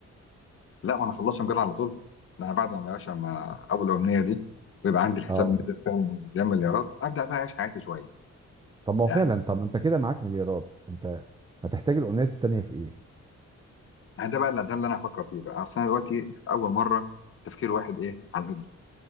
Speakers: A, on the left; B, on the right.
A: لا وانا خلصت مجال على طول ده انا بعد ما يا باشا ما اول الامنيه دي ويبقى عندي الحساب
B: اه
A: نزل فعلا مليان مليارات ابدا بقى اعيش حياتي شويه
B: طب ما هو
A: يعني
B: فعلا طب ما انت كده معاك مليارات انت هتحتاج الامنيات التانية في ايه
A: أنا ده بقى اللي ده اللي انا هفكر فيه بقى اصل انا دلوقتي اول مره تفكير واحد ايه على قده